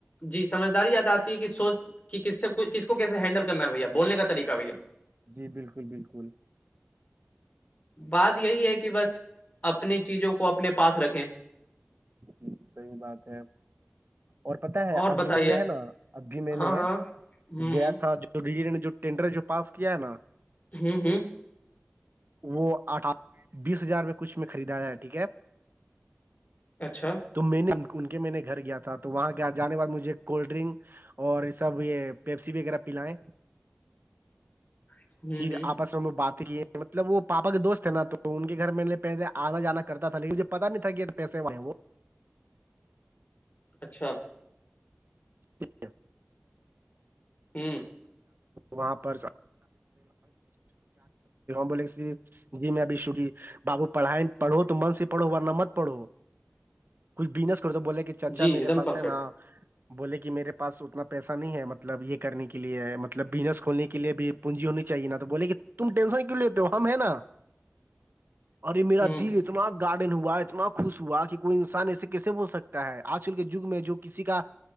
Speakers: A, on the left; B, on the right.
A: جی سمجھداری یاد آتی ہے کہ سوچ کہ کس سے کس کو کیس ہینڈل کرنا ہے بھیا بولنے کا طریقہ بھیا
B: جی بالکل بالکل
A: بات یہی ہے کہ بس اپنی چیزوں کو اپنے پاس رکھیں
B: جی صحیح بات ہے اور پت ہے
A: اور
B: ابھی
A: بتائیے
B: میں نے ہے نا ابھی میں
A: ہاں
B: نے
A: ہاں ہوں
B: گیا تھا جو تو ڈی نے جو ٹینڈر جو پاس کیا ہے نا
A: ہوں ہوں
B: وہ آٹھا بیس ہزار میں کچھ میں خریدا جائے ہے ٹھیک ہے
A: اچھا
B: تو میں نے ان کے میں نے گھر گیا تھا تو وہاں جے بعد مجھے کولڈ ڈرنک اور یہ سب یہ پیپسی بھی وغیرہ پلائ
A: ہوں
B: پھر
A: ہوں
B: آپس بات مطلب وہ پاپا کے دوست تھ ن تو ان کے گھر میں پہلے آنا جانا کرتا تھا لیکن مجھے پتا نہیں تھا کہ پسے وہ
A: اچھا
B: ٹھ ہے
A: ایک
B: وہاں پر بولےف جی میں ابھی شبھی بابو پڑھائی پڑھو تو من سے پڑو ورنہ مت پڑھو کچھ بزنس کرو تو بولے کہ چاچا
A: جی
B: میرے
A: ایک دم
B: پاس
A: پرفیکٹ
B: ہے نا بولے کہ میرے پاس اتنا پیسہ نہیں ہے مطلب یہ کرنے کے لیے مطلب بزنس کھولنے کے لیے بھی پوننجی ہونی چاہیے نا تو بولے کہ تم ٹینشن کیوں لیتے ہو ہم ہیں نا اوررے میرا
A: ہوں
B: دل اتنا گارڈن ہوا اتنا خوش ہوا کہ کوئی انسان ایسے کیسے بول سکتا ہے آج کل کے جگ میں جو کسی کا